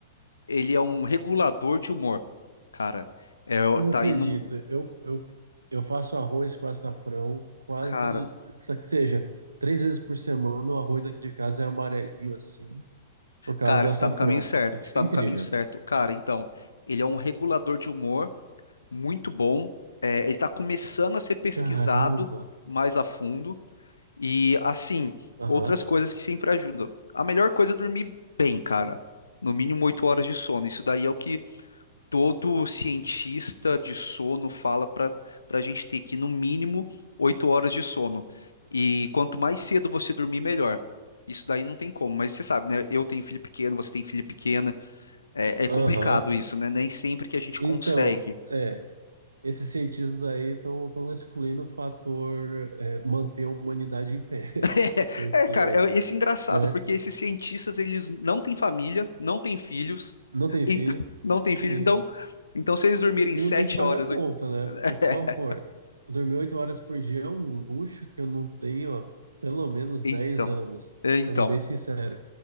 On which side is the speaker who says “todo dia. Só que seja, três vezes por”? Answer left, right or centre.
Right